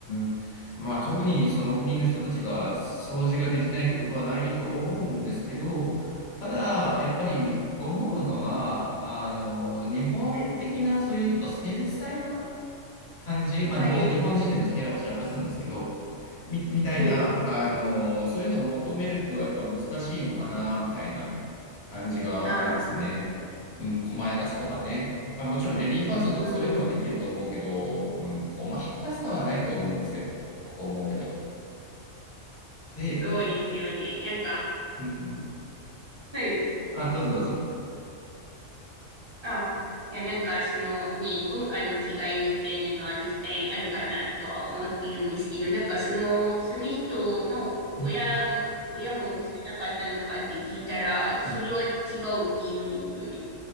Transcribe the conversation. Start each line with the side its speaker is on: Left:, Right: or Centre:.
Left: ん。まあ特にその国の人たちが掃除ができないってことはないと思うんですけど、ただ、やっぱり思うのは、あの、日本的なそういうちょっと繊細な
Right: はい、
Left: 感じ、まあ、
Right: はい、
Left: 僕は日本人でも部屋を散らかすんですけど、み、みたいな、
Right: はい。
Left: あのーそういうのを求めるとやっぱ難しいのかな、みたいな感じがありますね。
Right: ああ、
Left: うん、細やかさとかね。まあ、もちろんレディーファーストとかそういうのはできると思うけど、
Right: うん。
Left: うん、細やかさはないと思うんですよ。こう思うけど。で、
Right: そうですよね。なんか、
Left: うんうん。
Right: はい。
Left: あ、どうぞどうぞ。
Right: あ、いや、なんか、そのね、文化の違いみたいなのは絶対あるかなとは思っているんですけど、なんかその、その人の親も、
Left: うん、
Right: 親も汚かったのかって聞いたら、それは違うって言うんですよね。
Left: うん。